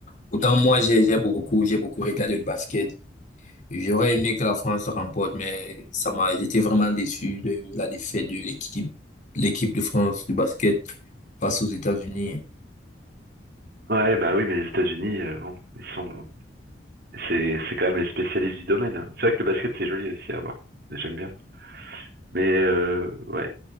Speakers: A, on the left (about 45°); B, on the right (about 60°).
A: Pourtant, moi, j'ai j'ai beaucoup, j'ai beaucoup regardé le basket. J'aurais aimé que la France remporte, mais ça m'a, j'étais vraiment déçu de la défaite de l'équipe, l'équipe de France du basket face aux États-Unis.
B: ouais, bah oui, mais les États-Unis, euh, bon, ils sont, c'est, c'est quand même les spécialistes du domaine. hein. C'est vrai que le basket, c'est joli aussi à voir. J'aime bien. Mais euh, ouais,